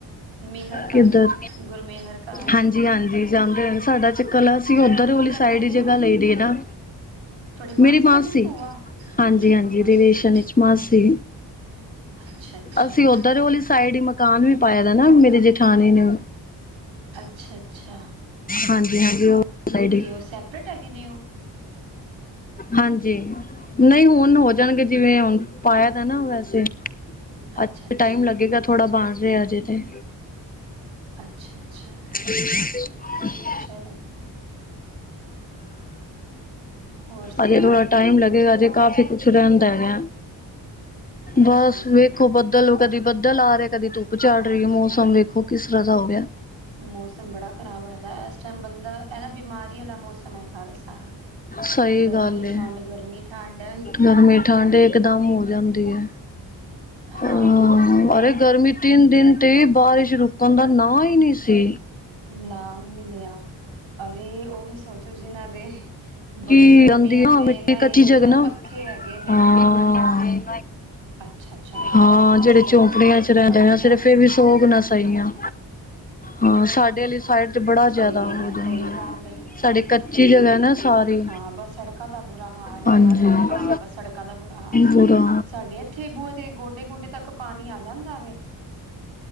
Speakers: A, on the right; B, on the left.
A: ਮੇਹਰ
B: ਕਿੱਧਰ?
A: ਘਰ ਗੁਰਮੇਹਰ ਘਰ।
B: ਹਾਂਜੀ, ਹਾਂਜੀ ਜਾਂਦੇ ਹਨ। ਸਾਡਾ ਕਲ ਅਸੀਂ
A: ਤੁਹਾਡੇ
B: ਓਧਰ
A: ਕੀ
B: ੳਲੀ
A: ਲੱਗਦੇ
B: ਸਾਈਡ
A: ਨੇ
B: ਹੀ
A: ਉਹ
B: ਜਗ੍ਹਾ ਲਈਦੇ ਨਾ।
A: ਤੁਹਾਡੀ
B: ਮੇਰੀ ਮਾਸੀ।
A: ਲੱਗਦੇ ਨੇ ਭੂਆ।
B: ਹਾਂਜੀ, ਹਾਂਜੀ
A: ਮਾਸੀ
B: ਰਿਲੇਸ਼ਨ
A: ਨੇ
B: ਵਿਚ ਮਾਸੀ।
A: ਅੱਛਾ ਅੱਛਾ
B: ਅਸੀਂ ਓਧਰ ਉਹਲੀ ਸਾਈਡ ਹੀ ਮਕਾਨ ਵੀ ਪਾਇਏ ਦਾ ਨਾ, ਮੇਰੀ ਜੇਠਾਣੀ ਨੇ।
A: ਅੱਛਾ ਅੱਛਾ।
B: ਹਾਂਜੀ, ਹਾਂਜੀ ਉਹ ਸਾਈਡ ਹੀ
A: ਤੇ ਉਹ ਸੈਪਰੇਟ ਹੈਗੇ ਨੇ ਉਹ।
B: ਹਾਂਜੀ ਨਈ ਹੁਣ ਹੋ ਜਾਣਗੇ ਜਿਵੇਂ ਹੁਣ ਪਾਇਆ ਤਾ ਨਾ ਵੈਸੇ,
A: ਅੱਛਾ
B: ਅ
A: ਅੱਛਾ।
B: ਟਾਈਮ ਲੱਗੇਗਾ ਥੋੜਾ ਬਣ ਰਿਹਾ ਹਜੇ ਤੇ।
A: ਅੱਛਾ-ਅੱਛਾ।
B: <inaudible>
A: ਚਲੋ ਹੋਰ ਸੁਣਾਓ
B: ਹਜੇ ਥੋੜਾ ਟਾਈਮ ਲੱਗੇਗਾ ਅਜੇ ਕਾਫੀ ਕੁਛ ਰਹਿੰਦਾ ਹੈਗਾ।
A: ਅੱਛਾ
B: ਬਸ
A: ਜੀ।
B: ਵੇਖੋ ਦਲ ਕਦੀ ਬੱਦਲ ਆ ਰਿਹਾ ਕਦੀ ਧੁੱਪ ਚੜ ਰਹੀ ਆ ਮੌਸਮ ਵੇਖੋ ਕਿਸ ਤਰ੍ਹਾਂ ਦਾ ਹੋ ਗਿਆ।
A: ਮੌਸਮ ਬੜਾ ਖਰਾਬ ਹੋਏਦਾ ਇਸ ਟਾਈਮ ਬੰਦਾ ਐ ਨਾ ਬਿਮਾਰੀ ਆਲਾ ਮੌਸਮ ਹੈਗਾ ਵੇ ਸਾਰਾ।
B: ਸਈ
A: ਗਰਮੀ
B: ਗੱਲ ਏ,
A: ਠੰਡ ਗਰਮੀ ਠੰਡ
B: ਗਰਮੀ ਠੰਡ ਏ ਇਕਦਮ ਹੋ ਜਾਂਦੀ ਐ,
A: ਹਾਂ
B: ਹ ਉਰ ਗਰਮੀ ਤਿੰਨ ਦਿਨ ਤੇ ਈ ਬਾਰਿਸ਼ ਰੁਕਣ ਦਾ ਨਾਂ ਈ ਨੀ ਸੀ।
A: ਨਾਂ ਨੀ ਲਿਆ ਅਰੇ ਉਹ ਵੀ ਸੋਚੋ ਜਿਨਾਂ ਦੇ ਬੜੀ
B: ਕੀ
A: ਗਰਮੀ
B: ਜਾਂਦੀ
A: ਆਂਦੀ
B: ਨਾ ਮਿੱਟੀ
A: ਆਂ ਏਨਾ
B: ਕੱਚੀ
A: ਏ
B: ਜਗ੍ਹਾ
A: ਸੀ ਨਾ ਪੱਖੇ ਹੈਗੇ ਨੇ।
B: ਹਾਂ।
A: ਅੱਛਾ ਅੱਛਾ
B: ਹਾਂ
A: ਉਸ ਪਾਸੇ
B: ਜਿਹੜੇ
A: ਜ਼ਿਆਦਾ
B: ਝੋਂਪੜੀਆਂ
A: ਚਿੱਕੜ ਇਕੱਠਾ
B: ਚ ਰਹਿੰਦੇ
A: ਹੋ ਜਾਂਦਾ
B: ਆ ਸਿਰਫ
A: ਹੋਣਾ
B: ਇਹ ਵੀ ਸੋ ਗੁਨਾ ਸਈ ਆ। ਹਾਂ ਸਾਡੇ ਆਲੀ ਸਾਈਡ ਚ ਬੜਾ
A: ਸਹੀ
B: ਜਿਆਦਾ
A: ਹੈਗਾ
B: ਹੋ ਜਾਂਦਾ,
A: ਸਹੀ ਗੱਲ ਹੈ
B: ਸਾਡੇ ਕੱਚੀ ਜਗ੍ਹਾ ਨਾ। ਸਾਰੀ
A: ਹਾਂ ਬਸ ਸੜਕਾਂ ਦਾ ਬੁਰਾ ਹਾਲ
B: ਹਾਂਜੀ
A: ਹੈਗਾ ਵੇ ਹਾਂ ਬਸ ਸੜਕਾਂ ਦਾ ਬੁਰਾ ਹਾਲ ਏ,
B: ਬੁਰਾ
A: ਸਾਡੇ ਥੇ ਬੂਏ ਤੇ ਗੋਡੇ-ਗੋਡੇ ਤੱਕ ਪਾਣੀ ਆ ਜਾਂਦਾ ਵੇ,